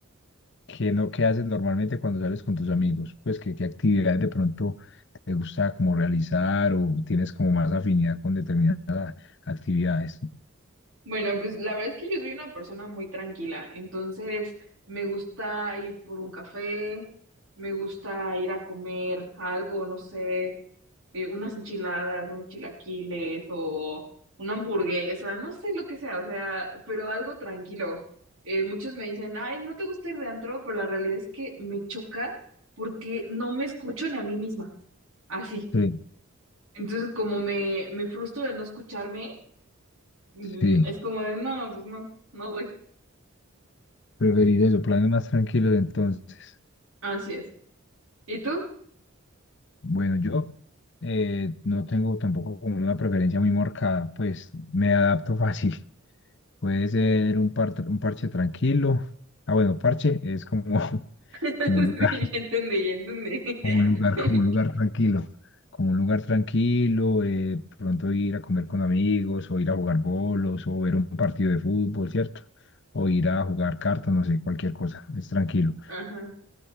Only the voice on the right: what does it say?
Bueno, pues la verdad es que yo soy una persona muy tranquila, entonces me gusta ir por un café, me gusta ir a comer algo, no sé, eh, unas enchiladas, unos chilaquiles o una hamburguesa, no sé lo que sea, o sea, pero algo tranquilo. Eh, muchos me dicen, ay, ¿no te gusta ir de antro? Pero la realidad es que me choca porque no me escucho ni a mí misma, así.
Entonces, como me, me frustro de no escucharme, mm,
es como de, no, pues no, no voy.
Así es. ¿Y tú?
<laughs>
Sí, ya entendí, ya entendí.
<laughs>
Ajá,